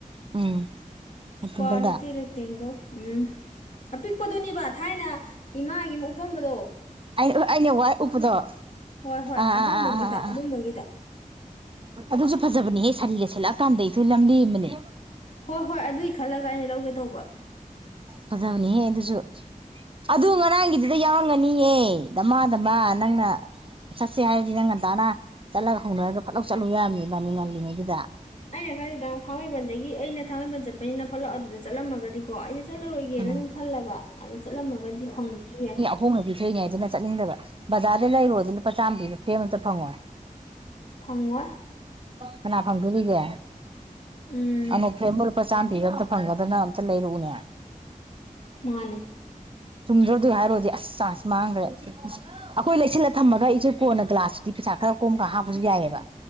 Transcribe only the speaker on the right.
ꯎꯝ
ꯔꯦꯛꯇꯦꯡꯒꯜꯗ
ꯑꯩ ꯎ ꯑꯩꯅ ꯋꯥꯏ ꯎꯄꯗꯣ ꯑꯥ
ꯑꯥ
ꯑꯥ ꯑꯥ ꯑꯥꯑꯥ
ꯑꯗꯨꯁꯨ ꯐꯖꯕꯅꯤꯍꯦ ꯁꯥꯔꯤꯒ ꯁꯦꯠꯂꯛꯑꯀꯥꯟꯗ ꯏꯆꯦ ꯂꯝ ꯂꯦꯝꯕꯅꯦ
ꯐꯖꯕꯅꯤꯍꯦ ꯑꯗꯨꯁꯨ ꯑꯗꯨ ꯉꯔꯥꯡꯒꯤꯗꯨꯗ ꯌꯥꯎꯔꯝꯒꯅꯤꯌꯦ ꯗꯃ ꯗꯃ ꯅꯪꯅ ꯆ ꯁꯦ ꯍꯥꯏꯔꯗꯤ ꯅꯪ ꯉꯟꯇꯥꯅ ꯆꯠꯂꯒ ꯍꯧꯅꯔꯒ ꯐꯠꯂꯥꯎ ꯆꯠꯂꯨ ꯌꯥꯔꯝꯅꯤ ꯏꯕꯥꯏꯅꯤ ꯉꯜꯂꯤꯉꯩꯗꯨꯗ
ꯎꯝ
ꯍꯣꯡꯅ ꯄꯤꯊꯣꯛꯏꯉꯥꯏꯗꯨꯅ ꯆꯠꯅꯤꯡꯗꯕ ꯕꯖꯥꯔꯗ ꯂꯩꯔꯨꯔꯗꯤ ꯂꯨꯄꯥ ꯆꯥꯝꯃ ꯄꯤ ꯐ꯭ꯂꯦꯝ ꯑꯝꯇ ꯐꯪꯉꯣꯏ
ꯀꯅꯥ ꯐꯪꯗꯣꯔꯤꯒꯦ
ꯑꯅꯣꯛ ꯐꯂꯦꯝꯕꯨ ꯂꯨꯄꯥ ꯆꯥꯝꯃ ꯄꯤꯕ ꯑꯝꯇ ꯐꯪꯒꯗꯅ ꯑꯝꯇ ꯂꯩꯔꯛꯎꯅꯦ
ꯆꯨꯝꯗ꯭ꯔꯣ ꯑꯗꯨꯏ ꯍꯥꯏꯔꯣꯗꯤ ꯑꯁ ꯆꯥꯟꯁ ꯥꯑꯁ ꯃꯥꯡꯒꯔꯦ ꯑꯩꯈꯣꯏ ꯂꯩꯁꯤꯜꯂ ꯊꯝꯃꯒ ꯏꯆꯦ ꯀꯣꯟꯅ ꯒ꯭ꯂꯥꯁꯇꯨꯗꯤ ꯄꯩꯁꯥ ꯈꯔ ꯀꯣꯝ ꯀꯟ ꯍꯥꯞꯄꯁꯨ ꯌꯥꯏꯑꯕ